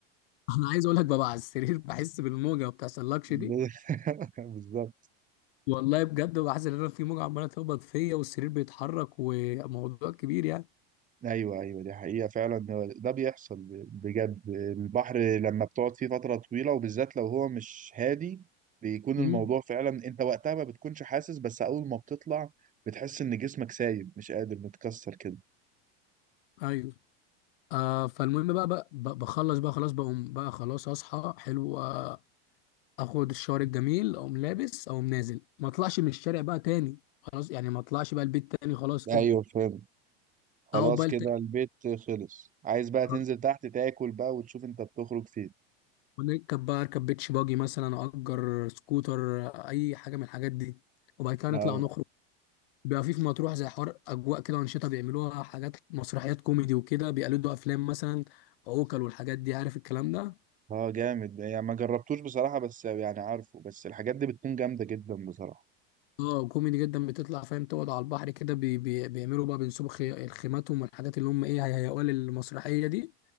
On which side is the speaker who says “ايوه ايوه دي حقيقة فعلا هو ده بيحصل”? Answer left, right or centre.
Right